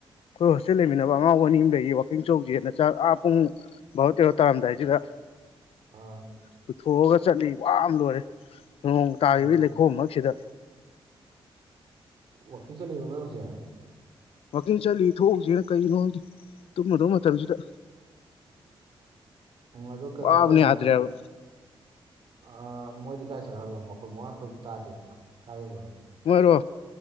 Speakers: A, on the left; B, on the right.
A: ꯑꯩꯈꯣꯏ ꯍꯣꯁꯇꯦꯜ ꯂꯩꯃꯤꯟꯅꯕ ꯑꯉꯥꯎꯕ ꯑꯅꯤꯑꯝꯂꯩꯌꯦ ꯋꯥꯛꯀꯤꯡ ꯆꯧꯖꯦꯅ ꯆꯥꯛ ꯑꯥ ꯄꯨꯡ ꯕꯥꯔꯣ ꯇꯦꯔꯣ ꯇꯥꯔꯝꯗꯥꯏꯁꯤꯗ
B: ꯑꯥ
A: ꯄꯨꯊꯣꯛꯑꯒ ꯆꯠꯂꯤ ꯋꯥ ꯂꯣꯏꯔꯦ ꯅꯣꯡ ꯇꯥꯈꯤꯕꯒꯤ
B: ꯎꯝ
A: ꯂꯩꯈꯣꯝ ꯃꯔꯛꯁꯤꯗ
B: ꯋꯥꯀꯤꯡ ꯆꯠꯂꯤꯔꯣ ꯅꯣꯏ ꯍꯧꯖꯤꯛ
A: ꯋꯥꯛꯀꯤꯡ ꯆꯠꯂꯤ ꯊꯣꯛꯎꯁꯤꯅ ꯀꯩꯒꯤꯅꯣ ꯈꯪꯗꯦ ꯇꯨꯝꯃꯗꯧ ꯃꯇꯝꯁꯤꯗ
B: ꯎꯝ ꯑꯗꯨ ꯀꯩꯅꯣ
A: ꯋꯥꯕꯅ
B: ꯇꯧꯕ꯭ꯔꯣ
A: ꯌꯥꯗ꯭ꯔꯦꯕ
B: ꯑ ꯃꯣꯏꯗꯤ ꯀꯥꯏ ꯆꯠꯈ꯭ꯔꯕ ꯃꯈꯣꯟ ꯃꯋꯥꯒꯁꯨ ꯑꯝ ꯇꯥꯗꯦꯅ ꯀꯥꯏ ꯌꯧꯒ꯭ꯔꯕ
A: ꯃꯣꯢꯔꯣ